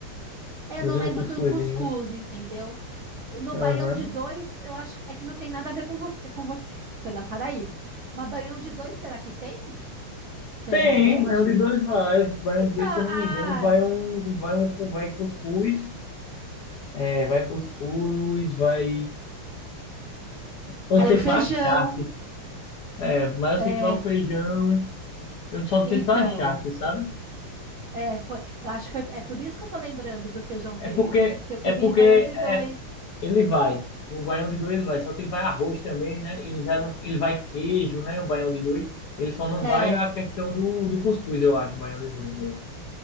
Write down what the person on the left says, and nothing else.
Ainda
vem
um cuscuzinho.
Aham.
Tem,
baião de dois vai. Baião
de dois, se eu não
me engano, vai um, vai um, vai cuscuz. É, vai cuscuz, vai. Eu
não sei
se vai charque. É, mas eu
sei que vai o feijão. Eu só não
sei se vai charque, sabe?
É porque,
é porque
Ele vai. O baião de dois vai. Só que ele vai arroz também, né? Ele já não, ele vai queijo, né? O baião de dois. Ele só não
vai a questão do, do cuscuz, eu acho, o baião de dois mesmo.